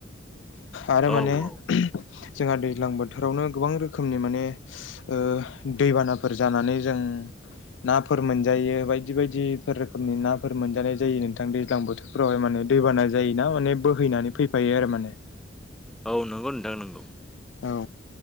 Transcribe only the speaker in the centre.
औ
औ
औ नोंगौ नोंथां नोंगौ।